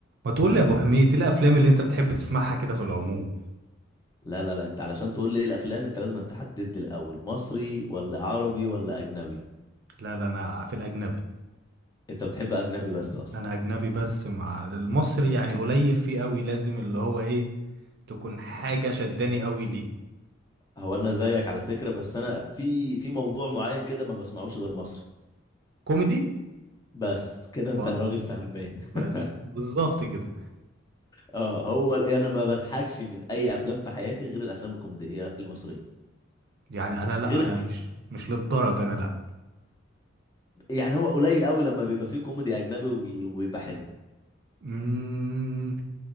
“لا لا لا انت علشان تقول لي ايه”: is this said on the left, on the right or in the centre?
Left